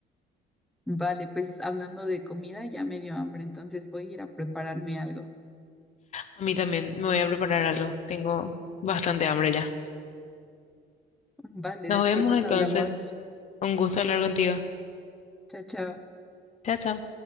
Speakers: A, in the centre; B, on the left.
A: Vale, pues hablando de comida, ya me dio hambre, entonces voy a ir a prepararme algo.
B: A mí también me voy a preparar algo. Tengo bastante hambre ya.
A: Vale,
B: Nos
A: después
B: vemos
A: nos
B: entonces.
A: hablamos.
B: Un gusto hablar contigo.
A: Chao, chao.
B: Chao, chao.